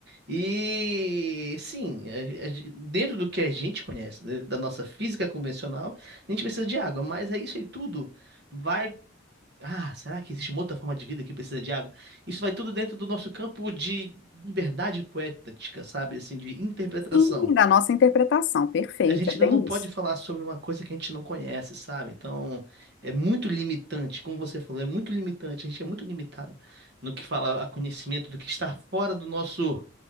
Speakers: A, on the right; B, on the left.
A: E sim, a- a gen- dentro do que a gente conhece, né, da nossa física convencional, a gente precisa de água, mas é isso aí tudo vai. Ah, será que existe uma outra forma de vida que precisa de água? Isso vai tudo dentro do nosso campo de liberdade poética, sabe? Assim, de interpretação
B: Sim, da nossa interpretação. Perfeito,
A: a gente
B: é bem
A: ainda não pode
B: isso.
A: falar sobre uma coisa que a gente não conhece, sabe? Então, é muito limitante, como você falou, é muito limitante. A gente é muito limitado no que fala a conhecimento do que está fora do nosso